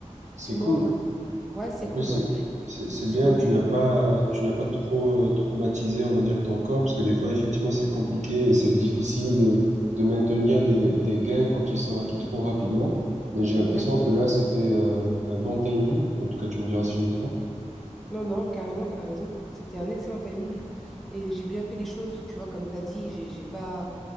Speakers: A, in the centre; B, on the right (about 70°).
A: Six
B: C'est
A: mois,
B: cool.
A: ouais. Ouais, c'est
B: En plus,
A: cool,
B: c'est,
A: ouais.
B: c'est, c'est
A: J'ai
B: bien
A: bossé
B: que tu
A: dur.
B: n'as pas, tu n'as pas trop euh, traumatisé, on va dire, ton corps, parce que des fois, effectivement, c'est compliqué et c'est difficile de, de maintenir des, des gains quand ils sont acquis trop rapidement. Mais j'ai
A: Exact.
B: l'impression que là, c'était euh, un bon timing. En tout cas, tu me diras si je me trompe.
A: Non, non, carrément, tu as raison. C'était un excellent timing. Et j'ai bien fait les choses, tu vois, comme tu as dit, j'ai j'ai pas...